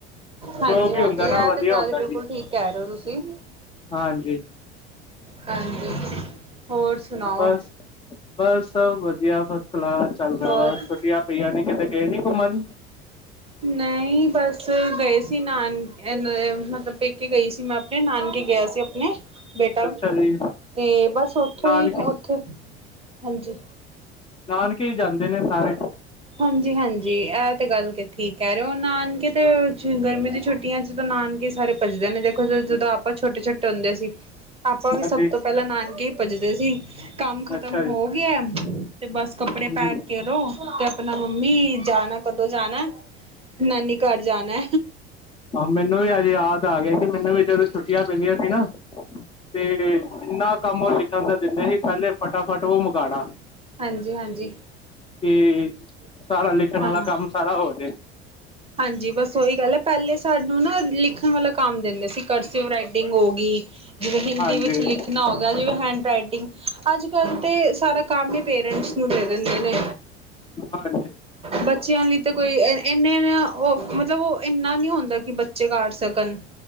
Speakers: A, on the right (about 20°); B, on the left (about 15°).
A: ਹਾਂਜੀ-
B: ਜੋ ਵੀ
A: ਹਾਂਜੀ,
B: ਹੁੰਦਾ
A: ਇਹ
B: ਨਾ ਵਧੀਆ
A: ਤੇ ਗੱਲ,
B: ਹੁੰਦਾ
A: ਬਿਲਕੁਲ
B: ਜੀ
A: ਠੀਕ, ਕਹਿ ਰਹੇ ਹੋ ਤੁਸੀ।
B: ਹਾਂਜੀ।
A: ਹਾਂਜੀ, ਹੋਰ ਸੁਣਾਓ
B: ਬਸ, ਬਸ ਸਭ ਵਧੀਆ, ਫਸ -ਕਲਾਸ ਚਲ ਰਿਹਾ।
A: ਹੋਰ
B: ਬਸ ਵਧੀਆ <unintelligible> ਕਿਤੇ ਗਏ ਨੀ, ਘੁੰਮਣ?
A: ਨਹੀਂ, ਬਸ ਗਏ ਸੀ ਨਾਨ ਮਤਲਬ, ਪੇਕੇ ਗਈ ਸੀ ਮੈਂ ਆਪਣੇ, ਨਾਨਕੇ ਗਿਆ ਸੀ, ਆਪਣੇ, ਬੇਟਾ
B: ਅੱਛਾ ਜੀ
A: ਤੇ, ਬਸ ਉਥੋਂ
B: ਨਾਨਕੇ
A: ਹੀ, ਉੱਥੇ ਹਾਂਜੀ।
B: ਨਾਨਕੇ ਈ ਜਾਂਦੇ ਨੇ, ਸਾਰੇ
A: ਹਾਂਜੀ -ਹਾਂਜੀ ਇਹ ਤੇ, ਗੱਲ ਕਿ ਠੀਕ ਕਿਹ ਰਹੇ ਹੋ, ਨਾਨਕੇ ਤੇ, ਗਰਮੀ ਦੀ ਛੁੱਟੀਆਂ ਚ ਤਾਂ, ਨਾਨਕੇ ਸਾਰੇ ਭੱਜਦੇ ਨੇ, ਦੇਖੋ ਜਦੋਂ ਆਪਾਂ ਛੋਟੇ- ਛੋਟੇ ਹੁੰਦੇ ਸੀ। ਆਪਾਂ, ਵੀ
B: ਹਾਂਜੀ
A: ਸਭ ਤੋਂ ਪਹਿਲਾਂ, ਨਾਨਕੇ ਹੀ ਭੱਜਦੇ ਸੀ। ਕੰਮ ਖਤਮ
B: ਅੱਛਾ ਜੀ
A: ਹੋ ਗਿਆ, ਤੇ ਬਸ ਕੱਪੜੇ
B: ਹੂੰ
A: ਪੈਕ ਕਰੋ ਤੇ ਆਪਣਾ, ਮੰਮੀ ਜਾਣਾ, ਕਦੋਂ ਜਾਣਾ, ਨਾਨੀ ਘਰ ਜਾਣਾ।
B: ਹਾਂ, ਮੈਨੂੰ ਵੀ ਅੱਜ ਯਾਦ ਆ ਗਿਆ, ਕਿ ਮੈਨੂੰ ਵੀ ਜਦੋਂ ਛੁੱਟੀਆਂ ਪੈਂਦੀਆਂ ਸੀ ਨਾ ਤੇ, ਜਿੰਨਾ ਕੰਮ ਉਹ ਲਿਖਣ ਦਾ ਦਿੰਦੇ ਸੀ, ਪਹਿਲੇ ਫਟਾਫਟ ਉਹ ਮੁਕਾਉਣਾ।
A: ਹਾਂਜੀ- ਹਾਂਜੀ।
B: ਤੇ, ਸਾਰਾ ਲਿਖਣ ਵਾਲਾ
A: ਹਾਂ
B: ਕੰਮ ਸਾਰਾ ਹੋਜੇ।
A: ਹਾਂਜੀ, ਬਸ ਉਹੀ ਗੱਲ ਹੈ, ਪਹਿਲੇ ਸਾਨੂੰ ਨਾ ਲਿਖਣ ਵਾਲਾ ਕੰਮ ਦਿੰਦੇ ਸੀ, ਕਰਸਿਵ ਰਾਈਟਿੰਗ ਗ ਹੋ ਗਈ, ਜਿਵੇਂ ਹਿੰਦੀ
B: ਹਾਂਜੀ
A: ਵਿੱਚ ਲਿਖ ਣਾ, ਹੋ ਗਿਆ, ਜਿਵੇਂ ਹੈਂਡ ਰਾਈਟਿੰਗ, ਅੱਜ ਕੱਲ ਤੇ ਸਾਰਾ ਕੰਮ ਹੀ, ਪੇਰੈਂਟਸ ਨੂੰ ਦੇ ਦਿੰਦੇ ਨੇ।
B: ਹਾਂਜੀ
A: ਬੱਚਿਆਂ ਲਈ ਤਾਂ ਕੋਈ, ਇੰਨੇ ਉਹ, ਮਤਲਬ ਉਹ ਇੰਨਾ ਨਹੀਂ ਹੁੰਦਾ ਕਿ ਬੱਚੇ ਕਰ ਸਕਣ।